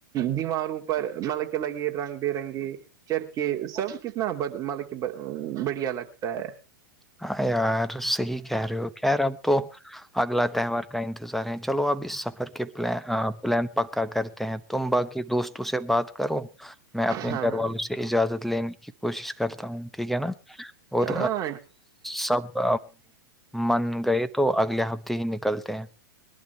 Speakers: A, on the right; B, in the centre.
A: دیواروں پر مل کے لگے رنگ برنگی کر کے سب کتنا مطلب کہ بڑھیا لگتا ہے
B: ہاں یار صحیح کہہ رہے ہو خیر اب تو اگلا تہوار کا انتظار رہ ہیں چلو اب اس سفر کے پل آپ پلان پکا کرتے ہیں تم باقی دوستوں سے بات کرو میں اپنے
A: ہاں
B: گھر والوں سے اجازت لینے کی کوشش کرتا ہوں ٹھیک ہے نا اور
A: ہاں
B: سب من گئے تو اگلے ہفتے ہی نکلتے ہیں